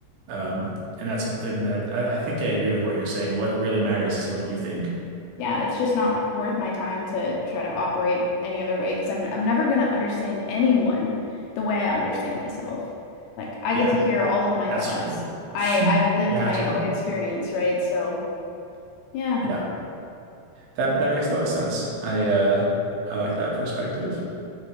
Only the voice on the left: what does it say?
Yeah, it's just not m- worth my time to try to operate any other way because I'm I'm never going to understand anyone the way I understand myself. Like I
get to hear all of my
thoughts.
I
I've lived
my
own experience, right? So, yeah.